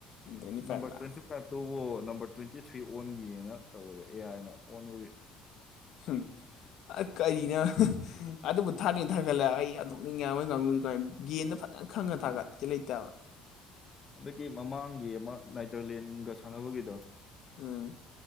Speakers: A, on the left; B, on the left.
A: ꯇ꯭ꯋꯦꯟꯇꯤ
B: ꯅꯝꯕꯝꯕꯔ
A: ꯐꯥꯏꯚꯂ
B: ꯇ꯭ꯋꯦꯟꯇꯤ ꯐ ꯑꯗꯨꯕꯨ ꯅꯝꯕꯔ ꯇ꯭ꯋꯦꯟꯇꯤ ꯊ꯭ꯔꯤ ꯑꯣꯟꯈꯤꯦꯅ ꯇꯧꯕꯗꯣ ꯑꯦ ꯑꯥꯏꯅ ꯑꯣꯟꯕꯒꯤ
A: ꯍꯝ ꯑꯁ ꯀꯔꯤꯅ ꯑꯗꯨꯕꯨ ꯊꯥꯅꯤꯡ ꯊꯥꯒꯠꯂ ꯑꯩ ꯌꯥꯝꯗꯣꯛꯅꯤꯡꯉꯉꯣꯏ ꯉꯥꯡꯉꯨꯁꯤ ꯀꯥꯏ ꯒꯗ ꯐꯖꯅ
B: ꯀꯃꯥꯏꯅ
A: ꯈꯪꯉ ꯊꯥꯒꯠꯀ ꯂꯩꯇꯦꯕ
B: ꯍꯟꯗꯛꯀꯤ ꯃꯃꯥꯡꯒꯤ ꯑꯃ ꯅꯥꯏꯇ꯭ꯔꯂꯦꯟꯒ ꯁꯥꯟꯅꯕꯒꯤꯗꯣ
A: ꯎꯝ